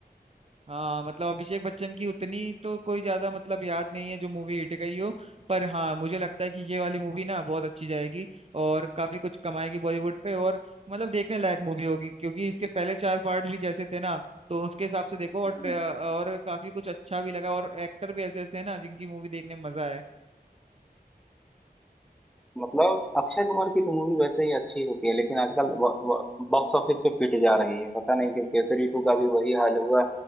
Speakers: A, on the right; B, in the centre.
A: हाँ मतलब अभिषेक बच्चन की उतनी तो कोई ज्यादा मतलब याद नहीं है जो मूवी हिट गई हो पर हाँ मुझे लगता है कि ये वाली मूवी ना बहुत अच्छी जाएगी और काफी कुछ कमाएगी बॉलीवुड पे और मतलब देखने लायक मूवी होगी क्योंकि इसके पहले चार पार्ट भी जैसे थे ना तो उसके हिसाब से देखो और
B: हम्म।
A: ट्रे- और काफी कुछ अच्छा भी लगा और एक्टर भी ऐसे ऐसे हैं ना जिनकी मूवी देखने में मजा आए
B: मतलब अक्षय कुमार की तो मूवी वैसे ही अच्छी होती है लेकिन आजकल बॉक्स ऑफिस पे पिट जा रही है पता नहीं क्यों केसरी टू का भी वही हाल हुआ